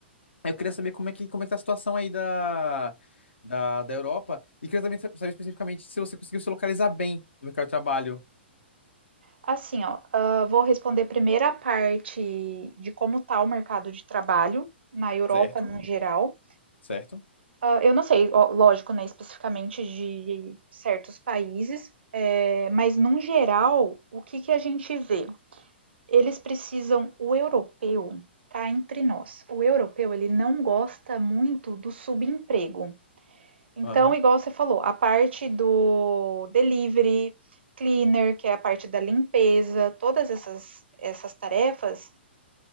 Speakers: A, on the left (about 75°); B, on the right (about 65°).
A: Eu queria saber como é que, como é que tá a situação aí da, da, da Europa e queria também sa- saber especificamente se você conseguiu se localizar bem no mercado de trabalho,
B: Assim, ó, ah, vou responder primeiro a parte de como está o mercado de trabalho na Europa
A: certo?
B: no geral.
A: Certo?
B: Ah, eu não sei, ó, lógico, né, especificamente de certos países, eh, mas num geral, o que que a gente vê? Eles precisam, o europeu, cá entre nós, o europeu ele não gosta muito do subemprego. Então,
A: Aham.
B: igual você falou, a parte do delivery, cleaner, que é a parte da limpeza, todas essas, essas tarefas,